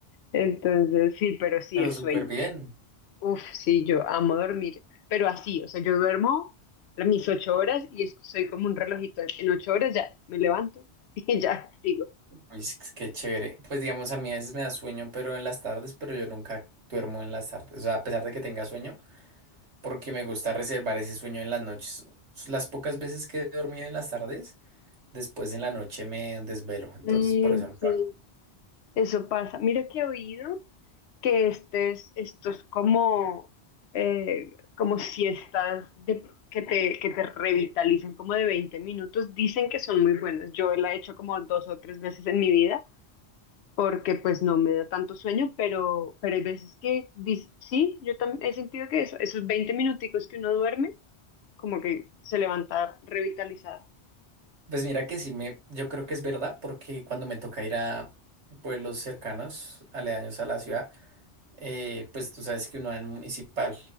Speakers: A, on the left (about 75°); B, on the right (about 80°).
A: entonces sí, pero sí,
B: Pero
A: el
B: súper
A: sueño.
B: bien.
A: Uf, sí, yo amo dormir. Pero así, o sea, yo duermo las- mis ocho horas y es- soy como un relojito. En ocho horas ya me levanto <laughs> y ya sigo.
B: Uy, es que- qué chévere. Pues digamos, a mí a veces me da sueño, pero en las tardes, pero yo nunca duermo en las tardes. O sea, a pesar de que tenga sueño. porque me gusta reservar ese sueño en las noches. Las pocas veces que he dormido en las tardes, después en la noche me desvelo, entonces
A: Mm,
B: por eso no
A: sí.
B: lo hago.
A: Eso pasa. Mira que he oído que este es, estos como, eh, como siestas de, que te, que te revitalizan como de 20 minutos, dicen que son muy buenas. Yo la he hecho como dos o tres veces en mi vida porque pues no me da tanto sueño, pero, pero hay veces que dis- sí, yo tam- he sentido que eso, esos 20 minuticos que uno duerme, como que se levanta revitalizado.
B: Pues mira que sí me, yo creo que es verdad, porque cuando me toca ir a pueblos cercanos, aledaños a la ciudad, eh, pues tú sabes que uno va en municipal,